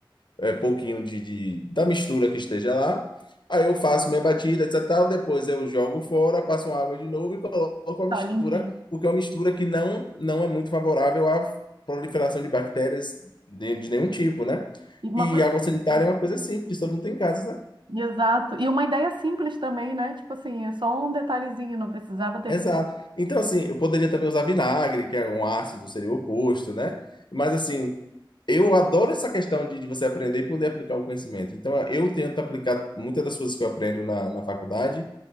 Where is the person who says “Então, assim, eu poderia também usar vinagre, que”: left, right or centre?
Left